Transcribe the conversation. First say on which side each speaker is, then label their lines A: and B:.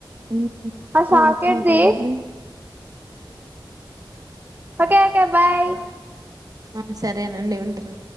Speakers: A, on the right (about 45°); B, on the right (about 20°).
A: ఉమ్
B: అ సాకెట్
A: అది అవతల
B: ది
A: విని
B: ఓకే ఓకే బాయ్
A: ఆ సరేనండి ఉంటను